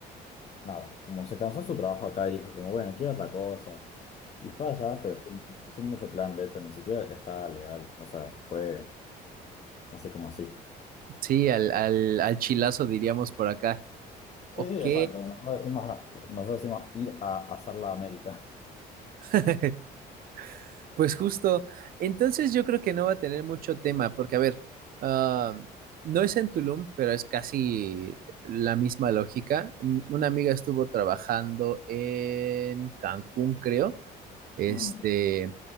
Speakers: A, on the left; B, on the right.
A: Nada, como se cansó su trabajo acá y dijo como, bueno, quiero otra cosa. Y fue allá, pero sin, sin mucho plan, de hecho, ni siquiera estaba legal. O sea, fue así como así.
B: Sí, al, al, al chilazo diríamos por acá. Ok,
A: Sí, sí, exacto. Nosotros decimos, a- nosotros decimos ir a hacer la América.
B: <laughs> pues justo. Entonces yo creo que no va a tener mucho tema, porque a ver, ah, no es en Tulum, pero es casi la misma lógica. Un- Una amiga estuvo trabajando en Cancún, creo Este,
A: Mm.